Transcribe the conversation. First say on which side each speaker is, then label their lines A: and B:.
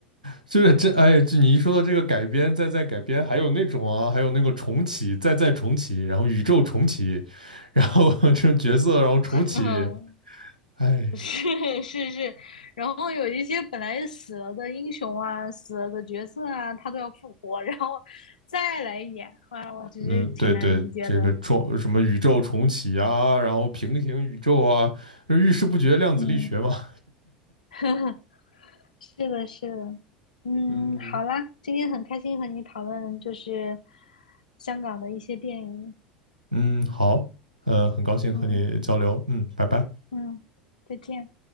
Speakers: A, on the right; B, on the left.
A: 就是这哎，就你一说到这个改编，再再改编，还有那种啊，还有那个重启，再再重启，然后宇宙重启，<laughs> 然后这种角色，然后重启，
B: <laughs>
A: 哎呀，
B: <laughs> 是是是，然后有一些本来死了的英雄啊、死了的角色啊，他都要复活，然后再来演，啊，我其实挺难理解的。
A: 嗯，对对，这个重什么宇宙重启啊，然后平行宇宙啊，就遇事不决，量子力学嘛。
B: 嗯，<laughs> 是的，是的。嗯，
A: 嗯
B: 好啦，今天很开心和你讨论就是香港的一些电影。
A: 嗯，好，呃，很高兴和你交流，
B: 嗯
A: 嗯，拜拜。
B: 嗯，再见。